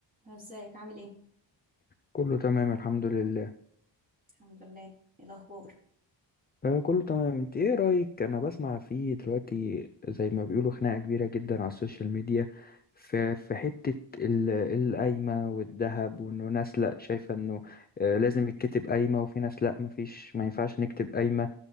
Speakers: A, on the right; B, on the left.
A: ازيك عامل ايه
B: كله تمام الحمد لله
A: الحمد لله ايه الاخبار
B: آه كله تمام انت ايه رأيك انا بسمع فيه دلوقتي زي ما بيقولوا خناقة كبيرة جدا على السوشيال ميديا في في حتة ال- القايمة والذهب وانه ناس لا شايفة انه آه لازم يتكتب قايمة وفي ناس لا مفيش ما ينفعش نكتب قايمة